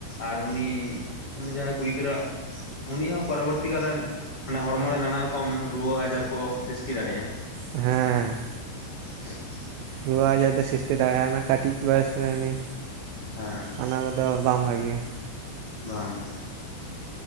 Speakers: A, on the left; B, on the right.
A: ᱟᱨ ᱩᱱᱤ ᱩᱱᱤ ᱡᱟᱦᱟᱸᱭ ᱠᱩᱲᱤ ᱜᱤᱫᱽᱨᱟᱹᱟᱜ ᱩᱱᱤᱭᱟᱜ ᱦᱚᱸ ᱯᱚᱨᱚᱵᱚᱨᱛᱤ ᱠᱟᱞᱨᱮᱱ ᱢᱟᱱᱮ ᱦᱚᱲᱢᱚ ᱨᱮ ᱱᱟᱱᱟ ᱨᱚᱠᱚᱢ ᱨᱩᱣᱟᱹ ᱟᱡᱟᱨ ᱠᱚ ᱥᱤᱥᱴᱤ ᱫᱟᱲᱮᱜᱼᱟ᱾
B: ᱦᱮᱸ᱾
A: <inaudible>
B: ᱨᱩᱣᱟᱹ ᱟᱡᱟᱨ ᱫᱚᱭ ᱥᱤᱥᱴᱤ ᱫᱟᱲᱮᱜᱼᱟ ᱚᱱᱟ ᱠᱟᱹᱴᱤᱡ ᱵᱚᱭᱚᱥᱨᱮ ᱩᱱᱤ
A: ᱦᱮᱸ
B: ᱚᱱᱟ ᱠᱚᱫ ᱫᱚ ᱵᱟᱝ ᱵᱷᱟᱜᱮᱭᱟ᱾
A: ᱵᱟᱝ᱾